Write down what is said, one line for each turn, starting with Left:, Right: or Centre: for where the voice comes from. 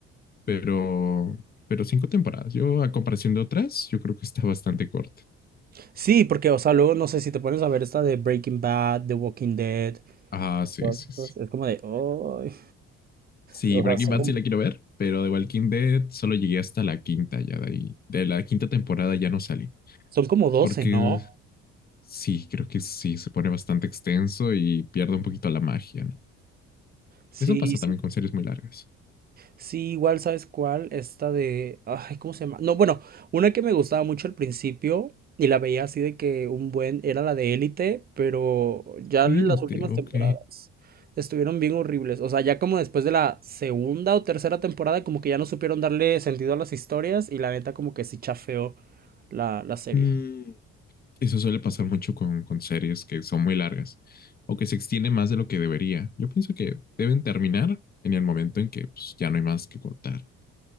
Left: pero, pero cinco temporadas. Yo, a comparación de otras, yo creo que está bastante corta.
Right: Sí, porque, o sea, luego no sé si te pones a ver esta de Breaking Bad, The Walking Dead,
Left: Ah, sí,
Right: todas
Left: sí,
Right: estas,
Left: sí.
Right: es como de, "Ay".
Left: Sí,
Right: O
Left: Breaking
Right: sea, son
Left: Bad
Right: como,
Left: sí la quiero ver, pero de Walking Dead solo llegué hasta la quinta ya de ahí. De la quinta temporada ya no salí,
Right: son como doce
Left: porque
Right: ¿no?
Left: sí, creo que sí, se pone bastante extenso y pierde un poquito la magia, ¿no?
Right: Sí,
Left: Eso pasa
Right: sí.
Left: también con series muy largas.
Right: Sí, igual, ¿sabes cuál? Esta de... Ay, ¿cómo se llama? No, bueno, una que me gustaba mucho al principio y la veía así de que un buen... Era la de Élite, pero ya
Left: Élite,
Right: las últimas
Left: ok.
Right: temporadas estuvieron bien horribles. O sea, ya como después de la segunda o tercera temporada, como que ya no supieron darle sentido a las historias y la neta como que sí chafeó la, la serie.
Left: Mm, eso suele pasar mucho con, con series que son muy largas o que se extiende más de lo que debería. Yo pienso que deben terminar en el momento en que pues, ya no hay más que cortar.